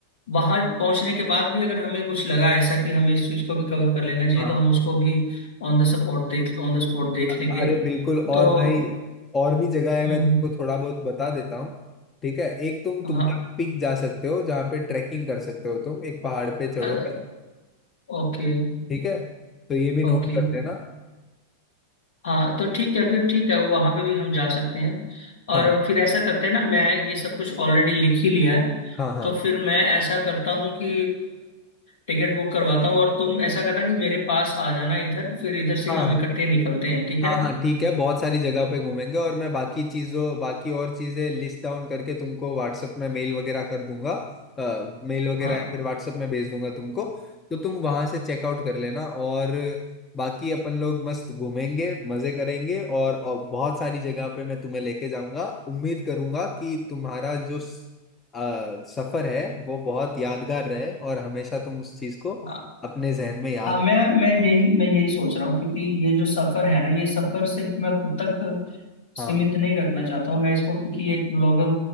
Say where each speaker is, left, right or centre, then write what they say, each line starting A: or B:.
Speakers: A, on the left (about 60°); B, on the left (about 20°).
A: वहां पहुंचने के बाद भी अगर हमें कुछ लगा ऐसा कि हमें इस चीज को भी कवर कर लेना चाहिए
B: हाँ
A: तो हम उसको भी ऑन द स्पॉट देख ऑन द स्पॉट देख
B: अ-
A: लेंगे
B: अरे बिल्कुल और
A: तो
B: भाई और भी जगह है
A: हम्म,
B: मैं तुमको थोड़ा बहुत बता देता हूँ ठीक है एक तुम तुमका
A: हाँ
B: पीक जा सकते हो जहाँ पे ट्रैकिंग कर सकते हो तुम एक पहाड़ पे चढ़ोगे
A: अरे ओके
B: ठीक है तो ये भी नोट
A: ओके
B: कर लेना
A: हाँ तो ठीक है फिर ठीक है वहां पे भी हम जा सकते हैं और
B: हाँ
A: फिर ऐसा करते हैं ना मैं ये सब कुछ ऑलरेडी लिख ही लिया है
B: हाँ हाँ
A: तो फिर मैं ऐसा करता हूँ कि टिकट बुक करवाता हूँ और तुम ऐसा करना कि मेरे पास आ जाना इधर फिर इधर से
B: हाँ
A: ही हम
B: हाँ
A: इकट्ठे निकलते हैं ठीक
B: हाँ
A: है ना?
B: हाँ ठीक है बहुत सारी जगह पे घूमेंगे और मैं बाकी चीजों बाकी और चीजें लिस्ट डाउन करके तुमको व्हाट्सएप में मेल वगैरह कर दूंगा मेल वगैरह
A: हाँ
B: हम्म या फिर व्हाट्सएप में भेज दूंगा तुमको तो तुम वहां से चेकआउट कर लेना और बाकी अपन लोग मस्त घूमेंगे मजे करेंगे और, और बहुत सारी जगह पे मैं तुम्हें लेके जाऊंगा उम्मीद करूंगा कि तुम्हारा जो स- अ, सफर है वो बहुत यादगार रहे और हमेशा तुम उस चीज को
A: हाँ
B: अपने जहन में याद
A: हाँ मैं मैं यही मैं यही सोच रहा हूँ क्योंकि ये जो सफर है ना ये सफर सिर्फ मैं खुद तक
B: हाँ
A: सीमित नहीं रखना चाहता हूँ मैं इसको क्योंकि एक ब्लॉगर